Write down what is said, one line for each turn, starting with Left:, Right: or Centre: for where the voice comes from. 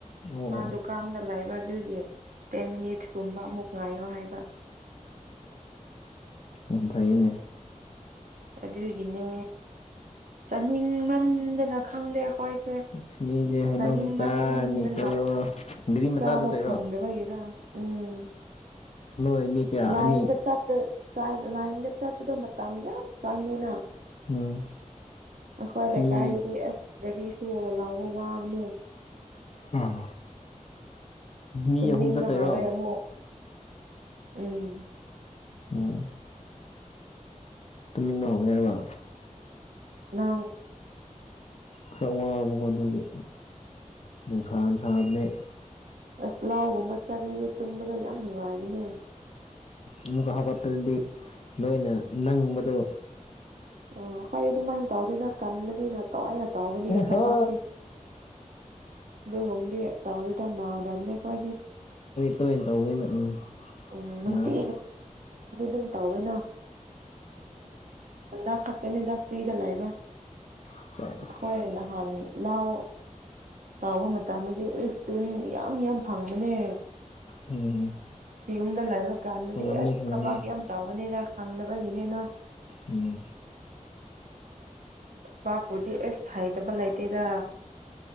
Left: ꯑꯣ
Right: ꯃꯥ
Left: ꯑꯣ
Right: ꯗꯨꯀꯥꯟꯗ ꯂꯩꯑꯕ ꯑꯗꯨꯒꯤ ꯇꯦꯟ ꯃꯅꯤꯠꯁ ꯀꯨꯝꯕꯥ ꯉꯅꯨꯡꯉꯥꯏꯌꯣ ꯍꯥꯏꯕ
Left: ꯎꯝ ꯑꯐꯌ‌ꯦꯅꯦ
Right: ꯑꯗꯨꯗꯒꯤꯅꯦ ꯆꯅꯤꯡ ꯃꯟꯗꯅ ꯈꯪꯗꯦ ꯑꯩꯈꯣꯏꯁꯦ
Left: ꯛꯁꯃꯤꯁꯦ ꯍꯩꯅꯧꯗꯤꯆꯥꯅꯤꯀꯣ
Right: ꯆꯥꯅꯤꯡꯃꯟꯗꯅ
Left: ꯒꯥꯔꯤ ꯃꯆꯥ
Right: ꯆꯥꯕ
Left: ꯆꯠꯇꯣꯏꯔꯣ
Right: ꯐꯪꯗꯕꯒꯤꯔ ꯎꯝ
Left: ꯅ‌ꯣꯏ ꯃꯤ ꯀꯌꯥ
Right: ꯂꯥꯏꯟꯗ
Left: ꯑꯅꯤ
Right: ꯆꯠꯇ ꯂꯥꯏꯟꯗ ꯆꯠꯄꯗꯣ ꯃꯇꯝ ꯌꯥꯝ ꯆꯪꯉꯦꯅ
Left: ꯎꯝ
Right: ꯑꯩꯈꯣꯏ ꯂꯩꯀꯥꯏꯗꯨꯗꯤ
Left: ꯃꯤ
Right: ꯑꯁ ꯒꯥꯔꯤ ꯆꯣ ꯂꯥꯎꯕ ꯋꯥꯕꯅꯦ
Left: ꯎꯝ ꯃꯤ
Right: ꯇꯨꯝꯅꯤꯡꯕ
Left: ꯑꯍꯨꯝ ꯆꯠꯇꯔꯣ
Right: ꯍꯧꯔꯦ ꯑꯃꯨꯛ ꯎꯝ
Left: ꯎꯝ ꯇꯨꯝꯅꯤꯡꯕ ꯍꯧꯒꯦ ꯍꯥꯏꯕ
Right: ꯅ
Left: ꯈꯔ ꯋꯥꯕꯀꯣ ꯑꯗꯨꯒꯤ ꯅꯨꯡꯁꯥꯅ ꯁꯥꯕꯅꯦ
Right: ꯑꯁ ꯂꯥꯎꯒꯨꯝꯕ ꯆꯠꯂꯦ ꯇꯨꯝꯕꯗꯣ ꯌꯥꯝ ꯅꯨꯡꯉꯥꯏꯕꯅꯦ
Left: ꯑꯃꯨꯛꯀ ꯍꯧꯒꯠꯄꯗꯗꯤ ꯂꯣꯏꯅ ꯅꯪꯕꯗꯣ
Right: ꯑꯣ ꯍꯔꯦꯕꯨꯨꯝ ꯃꯟꯗꯎꯗ ꯆ ꯀꯟꯕꯅꯤꯅ ꯇꯋꯥꯏꯅ ꯇꯧꯕꯅꯤꯅ ꯊꯕꯛꯇꯤ
Left: ꯍꯣ
Right: ꯑꯗꯨꯒꯨꯝꯕꯗꯤ ꯇꯧꯔꯤꯗ ꯅꯥꯗꯕꯅꯦ ꯑꯩꯈꯣꯏꯗꯤ
Left: ꯇ ꯑꯣꯏꯅ ꯇꯧꯕꯅꯤꯅ ꯎꯝ
Right: ꯎꯝ ꯅꯨꯡꯇꯤ
Left: ꯅꯥꯔꯣꯏ
Right: <inaudible> ꯇꯧꯒꯅꯣ ꯑꯅꯥ ꯈꯥꯇꯦꯅꯤꯗ ꯁꯤꯗ ꯂꯑꯕ
Left: ꯁꯦꯁ
Right: ꯍꯣꯏ ꯅꯍꯥꯟ ꯂꯥꯎ ꯇꯥꯎꯕ ꯃꯇꯝꯗꯗꯤ ꯎ ꯇꯅꯤ ꯌꯥꯝ ꯌꯥꯝ ꯐꯪꯕꯅꯦ
Left: ꯎꯝ
Right: ꯌꯨꯝꯗ ꯂꯥꯏꯕ ꯀꯥꯟꯗꯗꯤ
Left: ꯐꯪꯉꯝꯅꯤ
Right: ꯑꯁ
Left: ꯐꯪꯉꯝꯅꯤ
Right: ꯊꯕꯥꯛ ꯌꯥꯝ ꯇꯥꯎꯋ ꯅꯇꯦꯗ ꯈꯪꯗꯕꯒꯤꯅꯤꯅꯣ
Left: ꯎꯝ
Right: ꯕꯥꯄꯨꯗꯤ ꯑꯦꯁ ꯍꯩꯇꯕ ꯂꯩꯇꯦꯗ